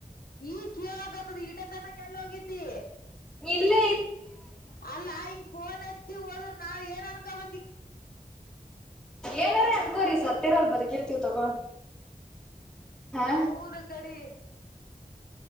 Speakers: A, on the left (about 80°); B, in the centre.
A: ಈ ಕೇಳಾಗತ್ತದ ಈಡತನ ಎಲ್ಲ ಹೋಗಿದ್ದಿ
B: ಇಲ್ಲ
A: ಅಲ್ಲಾ ಹಿಂಗ ಫೋನ್ ಹತ್ತಿ ಹೋದ್ರ ನಾವ್ ಏನ್ ಅನ್ಕೊಬ
B: ಏನಾರ ಅನ್ಕೋರಿಿ ಸತ್ತೇರಲ್ ಬದಕಿರ್ತೀವ್ ತಗೋ ಹಾ
A: ಹೌದ ಕಡೆ